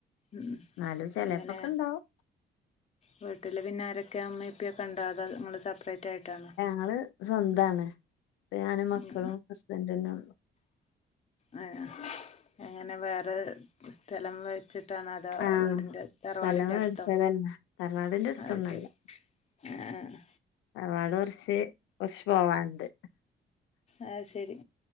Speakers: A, on the left; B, on the left.
A: ഉം ഉം
B: എന്നാലും ചെലപ്പൊക്കെ
A: എങ്ങനെ
B: ഇണ്ടാവും
A: വീട്ടില് പിന്നാരൊ ക്കെ മ്മേം പ്പേംക്കെണ്ടോ അതോ നിങ്ങള് സെപ്പറേറ്റായ്ട്ടാണോ
B: ങ്ങള് സ്വന്താണ് ഞാനും മക്കളും
A: ഉം
B: ഹസ്ബൻഡന്നെള്ളു
A: ആ എങ്ങനെ വേറെ സ്ഥലം വെ ട്ടിട്ടാണോ അതോ
B: ആഹ്
A: വീടിന്റെ തറവാടിന്റെ
B: സ്ഥലം മേടിച്ചതന്നെ
A: അടുത്തോ
B: തറവാടിന്റെ അടുത്തൊന്നല്ല
A: അത് ശെരി ആ ആ
B: തറവാട് കൊർച്ച് കൊർച്ച് പോവാണ്ട്
A: അത് ശെരി